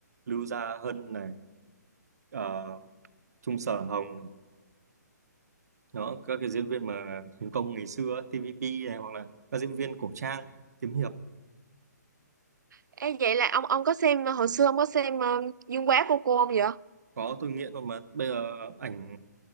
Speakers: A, on the right (about 60°); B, on the right (about 80°).
A: Lưu Gia Hân này ờ, Trung Sở Hồng đó các cái diễn viên mà thành công ngày xưa á, TVP này hoặc là các diễn viên cổ trang kiếm hiệp
B: Ê, vậy là ông ông có xem hồi xưa ông có xem ờ, Dương Quá cô cô không vậy
A: có tôi nghiện luôn mà bây giờ ảnh